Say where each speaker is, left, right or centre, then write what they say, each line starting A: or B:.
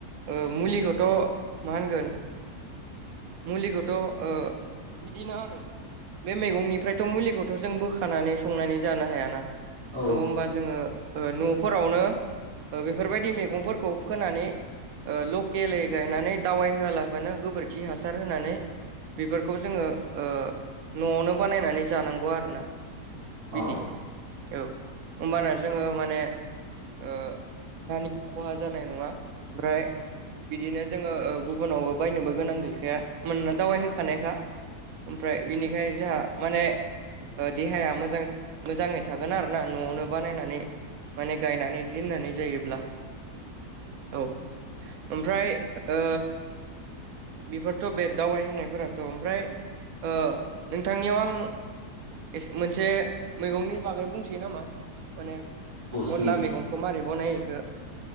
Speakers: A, on the right; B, on the right.
A: ओ मुलिखौथ' मा होनगोन
B: <inaudible>
A: मुलिखौथ' ओ बिदिनो आरो बे मैगंनिफ्रायथ' मुलिखौथ' जों बोखानानै संनानै जानो हायाना
B: औ
A: थ' होमबा जोङो न'फोरावनो बेफोरबायदि मैगंफोरखौ फोनानै ओ लकेलै गायनानै दावाइ होआलाबानो गोबोरखि हा सार होनानै बेफोरखौ जोङो ओ न'आवनो बानायनानै जानांगौ आरोना
B: औ
A: बिदि औ होमबाना जोङो माने ओ दानि खहा जानाय नङा ओमफ्राय बिदिनो जोङो गुबुनावबो बायनोबो गोनां गैखायाना दावाइ होखानायखा ओमफ्राय बिनिखाय जोंहा माने देहाया मोजां मोजाङै थागोन आरोना न'आवनो बानायनानै माने गायनानै दोननानै जायोब्ला औ ओमफ्राय ओ बेफोरथ' बे दावबाय होनोनायफोराथ' ओमफ्राय ओ नोंथांनियाव आं एसे मोनसे मैगंनि बागै बुंसै नामा माने
B: सों
A: अनला मैगंखौ मारै बनायो बेखौ